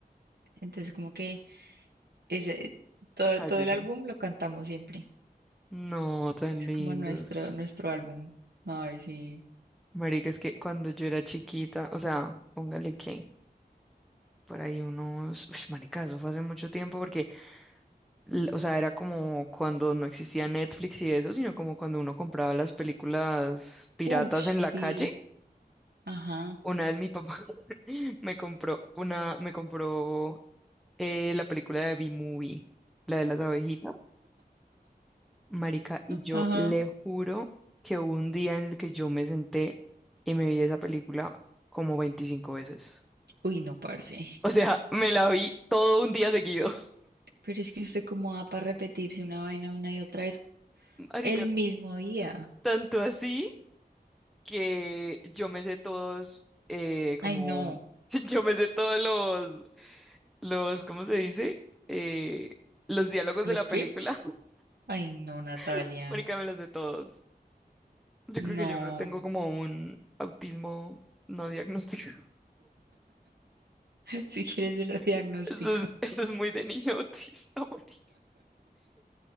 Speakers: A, on the right; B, in the centre.
A: Entonces, como que ese, todo,
B: Cállese.
A: todo el álbum lo cantamos siempre.
B: No, tan
A: Es
B: lindos.
A: como nuestro, nuestro álbum. Ay, sí.
B: Marica, es que cuando yo era chiquita, o sea, póngale que por ahí unos, uy, marica, eso fue hace mucho tiempo porque, l- o sea, era como cuando no existía Netflix y eso, sino como cuando uno compraba las películas piratas
A: Uf,
B: en la calle.
A: sí. Ajá.
B: Una vez mi papá <laughs> me compró una, me compró eh, la película de B-Movie, la de las abejitas, marica, y yo
A: Ajá.
B: le juro que hubo un día en el que yo me senté y me vi esa película como 25 veces.
A: Uy, no, parce.
B: O sea, me la vi todo un día seguido.
A: Pero es que usted cómo va para repetirse una vaina una y otra vez
B: Marica,
A: el mismo día.
B: tanto así que yo me sé todos, eh, como,
A: Ay, no.
B: <laughs> yo me sé todos los, los, ¿cómo se dice? Eh, los diálogos
A: ¿Como el
B: de la
A: script?
B: película.
A: Ay, no, Natalia.
B: <laughs> Marica, me los sé todos. Yo
A: No.
B: creo que yo tengo como un autismo no diagnosticado.
A: <laughs> Si quieres, se lo diagnostico.
B: <laughs> Eso es, eso es muy de niño autista, <laughs> marica.